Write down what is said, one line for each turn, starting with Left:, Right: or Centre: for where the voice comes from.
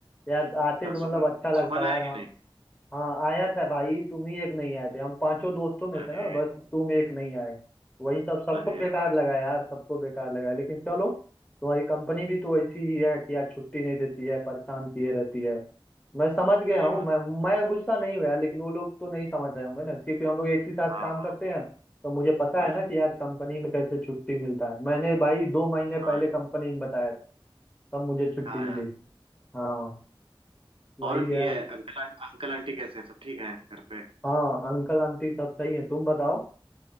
Left: यार आते
Right: अच्छा,
Left: तो मतलब
Right: सुमन
Left: अच्छा लगता
Right: सुमन
Left: यार
Right: आया
Left: हाँ
Right: कि नहीं
Left: हाँ आया था भाई तुम ही एक नहीं आए थे हम पांचों दोस्तों में
Right: अरे
Left: से ना बस तुम एक नहीं आए वही सब सबको
Right: अरे यार
Left: बेकार लगा यार सबको बेकार लगा लेकिन चलो तुम्हारी कंपनी भी तो ऐसी ही है कि यार छुट्टी नहीं देती है परेशान किए रहती है मैं समझ गया
Right: सही
Left: हूँ
Right: बात
Left: मैं
Right: है
Left: मैं गुस्सा नहीं हूँ यार लेकिन वो लोग तो नहीं समझ रहे होंगे ना क्योंकि हम लोग एक ही साथ
Right: हाँ
Left: काम
Right: हाँ
Left: करते हैं तो मुझे पता
Right: हम्म,
Left: है ना कि यार कंपनी में कैसे छुट्टी मिलता है मैंने भाई दो महीने
Right: हाँ
Left: पहले कंपनी में बताया था तब मुझे छुट्टी
Right: हाँ
Left: मिली
Right: यार
Left: थी हाँ वही
Right: और
Left: है
Right: ये अंकल अंकल आंटी कैसे हैं सब ठीक है घर पे
Left: हाँ अंकल आंटी सब सही है तुम बताओ